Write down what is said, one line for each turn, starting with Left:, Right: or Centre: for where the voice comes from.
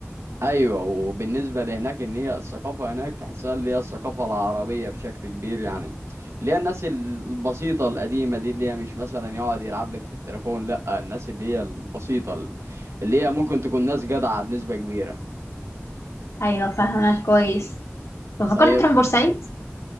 Right: ايوه وبالنسبه لهناك ان هي الثقافه هناك تحسها اللي هي الثقافه العربيه بشكل كبير يعني اللي هي الناس البسيطه القديمه دي اللي هي مش مثلا يقعد يلعب لك في التليفون لا الناس اللي هي البسيطه اللي هي ممكن تكون ناس جدعه بنسبه كبيره
Left: ايوه فاهمة كويس طب
Right: طيب
Left: فكرت تروح بورسعيد